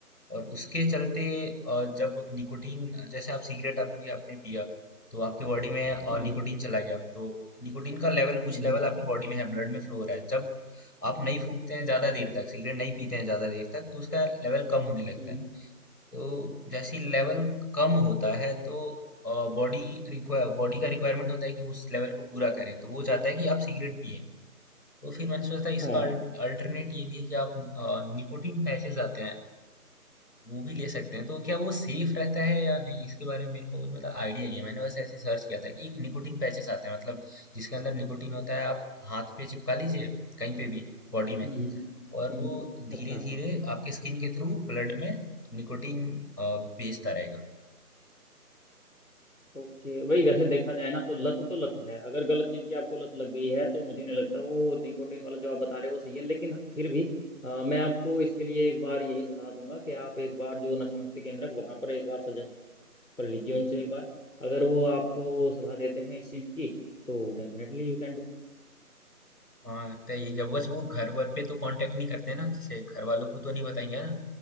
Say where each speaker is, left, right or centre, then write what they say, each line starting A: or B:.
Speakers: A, on the left; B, on the left.
A: और उसके चलते अ, जब निकोटीन जैसे आप सिगरेट आपने आपने पिया तो आपके बॉडी में अ,
B: हम्म
A: निकोटीन चला गया तो निकोटीन का लेवल
B: हम्म
A: कुछ लेवल
B: हम्म, हम्म,
A: आपकी बॉडी में है ब्लड में फ्लो हो रहा है जब आप नहीं फूकते हैं ज़्यादा देर तक सिगरेट नहीं पीते हैं ज़्यादा देर तक तो उसका लेवल कम होने लगता
B: हम्म,
A: है तो जैसे ही लेवल कम होता है तो बॉडी रिक्वायर बॉडी का रिक्वायरमेंट होता है कि उस लेवल को पूरा करें तो वो चाहता है कि आप सिगरेट पिए तो फिर मैंने सोचा था इसका
B: हाँ
A: अल्टरनेट ये भी है कि आप निकोटीन पैचेस आते हैं वो भी ले सकते हैं तो क्या वो सेफ रहता है या नहीं इसके बारे में मेरे को मतलब आइडिया नहीं है मैंने बस ऐसे ही सर्च किया था कि एक निकोटिन पैचेस आते हैं मतलब जिसके अंदर निकोटिन होता है आप हाथ पे चिपका लीजिए कहीं पे भी बॉडी में
B: हम्म हम्म
A: और
B: हम्म,
A: वो धीरे
B: अच्छा
A: धीरे आपके स्किन के थ्रू ब्लड में निकोटिन अ, भेजता रहेगा
B: ओके भाई वैसे देखा जाए ना तो लत तो लत है अगर गलत चीज की आपको लत लग गई है तो मुझे नहीं लगता वो निकोटीन वाला जो आप बता रहे हो वो सही है लेकिन फिर भी अ, मैं आपको इसके लिए एक बार यही सलाह दूंगा कि आप एक बार जो नशा मुक्ति केंद्र है वहां पर एक बार सजेस्ट कर लीजिए उनसे एक बार अगर वो आपको सलाह देते हैं इस चीज की तो डेफिनेटली यू कैन डू
A: हाँ तो ये क्या बस वो घर वर पे तो कांटेक्ट नहीं करते ना जैसे घर वालों को तो नहीं बताएंगे है ना